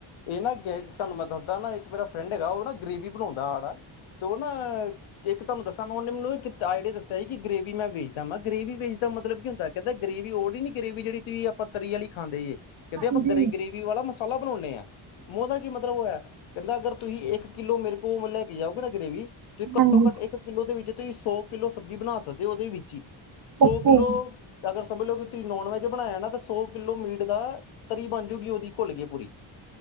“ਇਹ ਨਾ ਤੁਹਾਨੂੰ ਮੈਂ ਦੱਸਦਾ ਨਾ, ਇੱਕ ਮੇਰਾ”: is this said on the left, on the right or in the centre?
Left